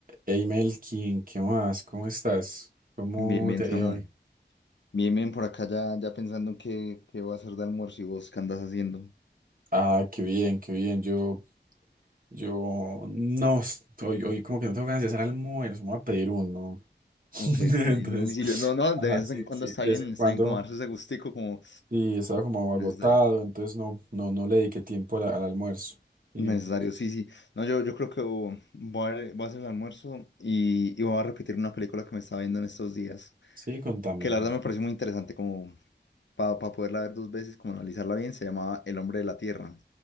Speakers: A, on the right; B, on the left.
A: Hey Melkin, ¿qué más? ¿Cómo estás? ¿Cómo
B: Bien, bien,
A: te ha
B: Samu.
A: ido hoy?
B: Bien, bien, por acá ya, ya pensando en qué, qué voy a hacer de almuerzo y vos qué andas haciendo.
A: Ah, qué bien, qué bien. Yo, yo, no, s- hoy, hoy como que no tengo ganas de hacer almuerzo, me voy a pedir uno. <laughs>
B: Ok,
A: Entonces,
B: ok, no, domicilio. No, no,
A: ajá,
B: de vez
A: sí,
B: en cuando
A: sí,
B: está
A: de
B: bien,
A: vez en cuando,
B: está bien como darse ese gustico como
A: sí, estaba como
B: necesario.
A: agotado, entonces no, no, no le dediqué tiempo a la- al almuerzo. Y,
B: Necesario,
A: pues,
B: sí, sí. No, yo, yo creo que oh, voy a, voy a hacer el almuerzo y, y voy a repetir una película que me estaba viendo en estos días,
A: sí, contame.
B: que la verdad me pareció muy interesante como para poderla ver dos veces, como analizarla bien, se llamaba El hombre de la tierra.